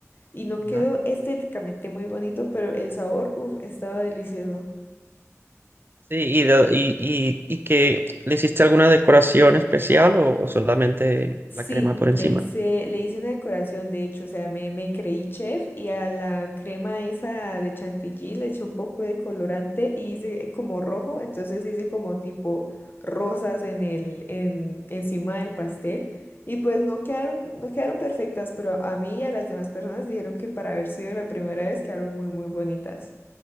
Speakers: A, on the left; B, on the right.
A: y no
B: Ajá.
A: quedó estéticamente muy bonito, pero el sabor, uff, estaba delicioso.
B: Sí, y, de- y, y, y que le hiciste alguna decoración especial o, o solamente
A: Sí,
B: la crema por
A: le
B: encima.
A: hice, le hice una decoración, de hecho, o sea, me, me creí chef y a la crema esa de chantilly le eché un poco de colorante y hice como rojo, entonces hice como tipo rosas en el, en, encima del pastel y pues no quedaron, no quedaron perfectas, pero a mí y a las demás personas dijeron que para haber sido la primera vez quedaron muy, muy bonitas.